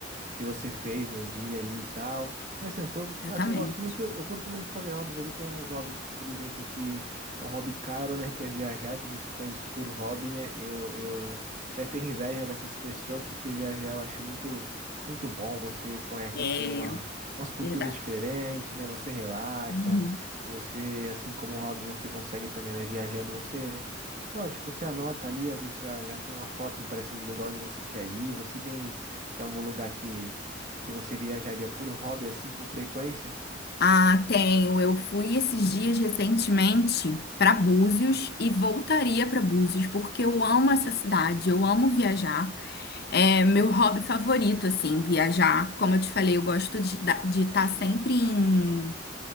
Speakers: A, on the right (about 40°); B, on the left (about 55°).
A: que você fez no dia ali e tal. É assim, eu sou,
B: exatamente.
A: assim, eu gosto muito, eu curto muito fazer hobbies ali. Tem alguns hobbies, por exemplo, que é um hobby caro, né? Que é viajar. Tem gente que faz isso por hobby, né? Eu, eu até tenho inveja dessas pessoas, porque viajar eu acho muito, muito bom. Você conhece,
B: É,
A: assim, uma, umas culturas
B: verdade.
A: diferentes, né? Você relaxa.
B: Uhum.
A: Você, assim como hobby, você consegue também, né? Viajando, você. Lógico, você anota ali, às vezes já, já tem uma foto impressa do lugar onde você quer ir, você tem tem algum lugar que, que você viajaria por hobby assim com frequência?
B: Ah, tenho. Eu fui esses dias recentemente para Búzios e voltaria para Búzios porque eu amo essa cidade, eu amo viajar. É meu hobby favorito, assim, viajar. Como eu te falei, eu gosto de estar sempre em,